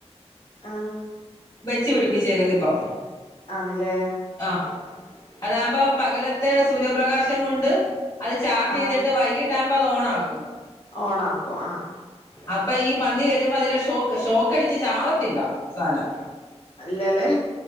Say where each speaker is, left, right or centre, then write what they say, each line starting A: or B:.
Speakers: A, on the left (about 55°); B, on the left (about 40°).
A: ആഹ്!
B: വെച്ചു പിടിപ്പിച്ചേക്കുന്ന ഇപ്പം.
A: ആണല്ലേ?
B: ആഹ് അതാകുമ്പോ പകലത്തെ സൂര്യപ്രകാശം കൊണ്ട് അത് ചാർജ്
A: ആഹ്
B: ചെയ്തിട്ട് ചെയ്തിട്ട് വൈകിട്ട് ആക്മ്പോ അത് ഓണാക്കും
A: ഓണാക്കും ആഹ്
B: അപ്പൊ ഈ പന്നി വരുമ്പോ അതില ഷോക്ക് ഷോക്കടിച്ച് ചാവത്തില്ല സാധനം
A: ഇല്ലല്ലേ